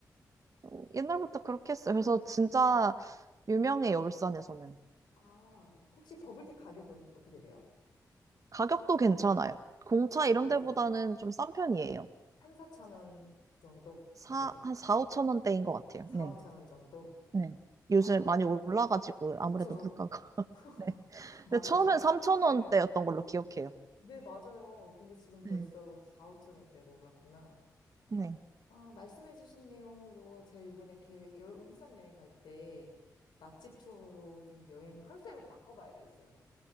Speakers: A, on the right; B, on the left.
A: 음, 옛날부터 그렇게 했어요. 그래서 진짜
B: 네.
A: 유명해요, 울산에서는.
B: 아, 혹시 버블티 가격은 어떻게 돼요?
A: 가격도 괜찮아요. 공차 이런
B: 네.
A: 데보다는 좀 싼 편이에요.
B: 3, 4천 원 정도인
A: 사,
B: 거죠.
A: 한 4, 5천 원대인 것 같아요.
B: 4,
A: 네,
B: 5천 원 정도?
A: 네, 요즘
B: 아,
A: 많이 올라가지고
B: 그쵸.
A: 아무래도 물가가. <laughs> 네,
B: <laughs> 맞아요.
A: 근데 처음엔
B: 저,
A: 3천
B: 네.
A: 원대였던 걸로 기억해요.
B: 네, 맞아요. 근데 지금 벌써
A: 네.
B: 4, 5천 원대로 올랐구나.
A: 네.
B: 아, 말씀해주신 내용으로 제가 요번에 계획, 여- 울산 여행 갈 때 맛집 투어로 좀 여행 컨셉을 바꿔봐야 되겠어요.